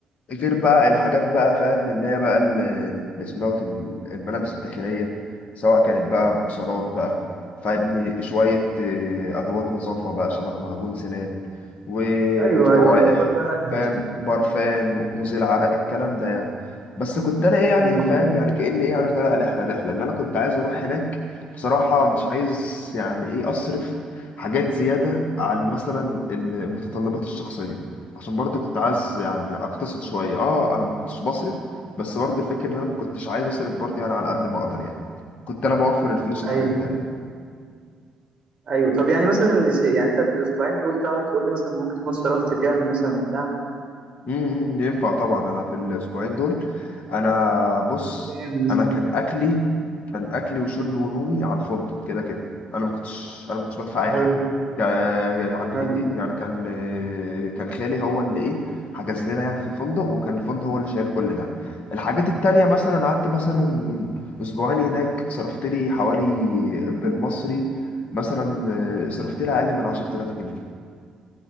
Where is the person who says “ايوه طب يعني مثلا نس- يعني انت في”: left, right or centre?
Right